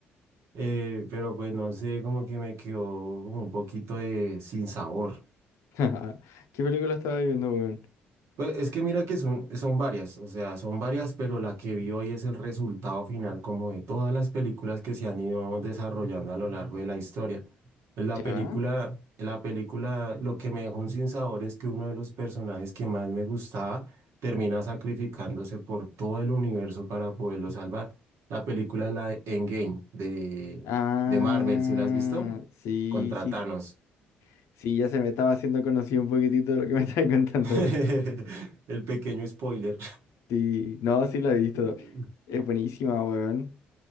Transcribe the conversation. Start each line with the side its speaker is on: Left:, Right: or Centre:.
Right: eh, pero pues no sé, como que me quedó como un poquito de sin sabor.
Left: <laughs> ¿Qué película estabas viendo, weón?
Right: Pues es que mira que son, son varias, o sea, son varias, pero la que vi hoy es el resultado final como de todas las películas que se han ido desarrollando a lo largo de la historia. Pues
Left: ¿Ya?
Right: La película, la película, lo que me dejó un sinsabor es que uno de los personajes que más me gustaba termina sacrificándose por todo el universo para poderlo salvar. La película es la de Endgame de,
Left: Ah,
Right: de Marvel, ¿sí la has visto?
Left: sí,
Right: Contra
Left: sí.
Right: Thanos.
Left: Sí, ya se me estaba haciendo conocido un poquitito de lo que me estabas <laughs> contando,
Right: <laughs>
Left: weón.
Right: El pequeño spoiler.
Left: Sí, no, sí la he visto.
Right: <laughs>
Left: Es buenísima, weón.